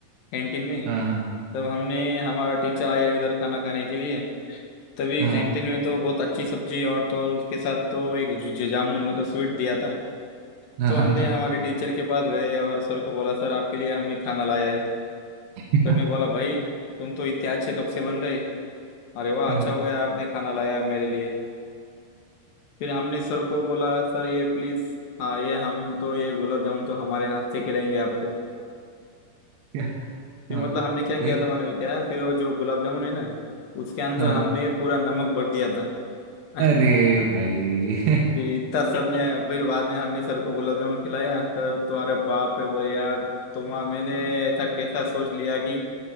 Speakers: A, on the left; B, on the right.
A: कैंटीन में
B: हाँ हाँ
A: तब हमने हमारा टीचर आया इधर खाना खाने के लिए तभी
B: हाँ
A: कैंटीन में तो बहुत अच्छी सब्जी और तो और उसके साथ तो एक ज- ज- जामुन मतलब स्वीट दिया था
B: हाँ
A: तो
B: हाँ
A: हमने
B: हाँ,
A: हमारे टीचर के पास गए और सर को बोला सर आपके लिए हमने खाना लाया है
B: क्या-
A: सर ने बोला भाई तुम तो इतने अच्छे कब से बन गए अरे वाह
B: हाँ
A: अच्छा हो गया आपने खाना लाया मेरे लिए फिर हमने सर को बोला सर ये प्लीज हाँ ये हम तो ये गुलाब जामुन तो हमारे हाथ से खिलाएंगे आपको
B: क्या-
A: फिर
B: हाँ,
A: मतलब हमने क्या किया
B: फिर
A: था मालूम है क्या फिर वो जो गुलाब जामुन है ना उसके अंदर
B: हाँ
A: हमने पूरा नमक भर दिया था <laughs>
B: अरे भाई
A: फिर इतना सर ने फिर बाद में हमने सर को गुलाब जामुन खिलाया सर तो अरे बाप रे बोले यार तुम मैंने ऐसा कैसा सोच लिया कि